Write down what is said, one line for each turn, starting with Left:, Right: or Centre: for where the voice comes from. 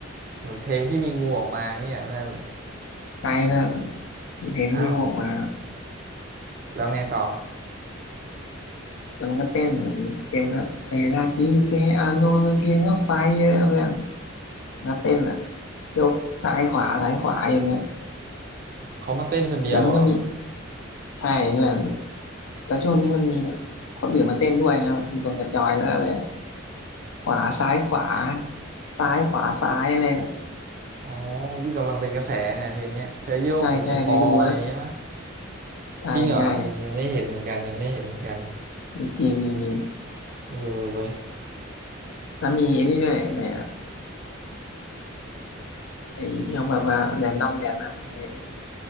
Right: เหมือนเพลงที่มีงูออกมาเงี้ยเพื่อน
Left: ใจเพื่อนเพลงที่มีงูออกมา
Right: อ้าวแล้วไงต่อ
Left: แล้วมันก็เต้นแบบเพลงก็เซนาทีเซอาโนลูเกนไฟเยอะเพื่อนมันก็เต้นอ่ะยกซ้ายขวาซ้ายขวาอยู่เงี้ย
Right: เขามาเต้นคนเดียวเหรอ
Left: แล้วมันก็มีใช่เพื่อนแล้วช่วงนี้มันมีแบบคนอื่นมาเต้นด้วยนะแบบมีคนมาจอยแล้วอะไร ขวาซ้ายขวาซ้ายขวาซ้ายอะไรนะ
Right: อ๋อวิกำลังเป็นกระแสเนี่ยเพลงเนี้ยเธอโยกอยู่ในฟอร์อย่างเงี้ยปะ
Left: ใช่ใช่เคยดูนะใช่ใช่
Right: จริงเหรอยังยังไม่เห็นเหมือนกันยังไม่เห็นเหมือนกัน
Left: จริงจริงจริง
Right: เออเว้ย
Left: แล้วมีไอ้นี่ด้วยอะไรอะไอ้ที่เขาแบบว่าแรนดอมแดนอะมึงเคยเห็นไหม